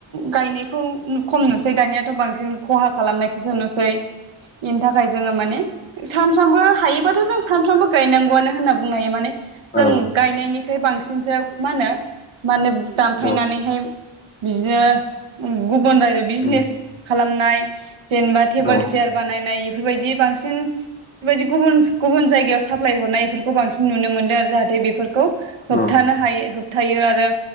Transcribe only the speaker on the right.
गायनायखौ खम नुसै दानियाथ' बांसिन खहा खालामनाय सो नुसै बेनि थाखाय जोङो माने सानफ्रामबो हायोबाथ' जों सानफ्रामबो गायनांगौआनो होनना बुंनो हायो माने जों
गायनायनिख्रुइ बांसिनसो मा होनो माने। दानफायनानैहाय।
बिदिनो <unintelligible> गुबुन रायजोआव बिजनेस
खालामनाय। जेनेबा टेबोल
चयार बानायनाय बेफोरबायदि। बांसिन बिफोरबायदि गुबुन गुबुन जायगायाव साफ सोलाय हरनाय बेफोरखौ बांसिन नुनो मोनो। जाहाथे बेफोरखौ खौ होबथानो
हायो होबथायो आरो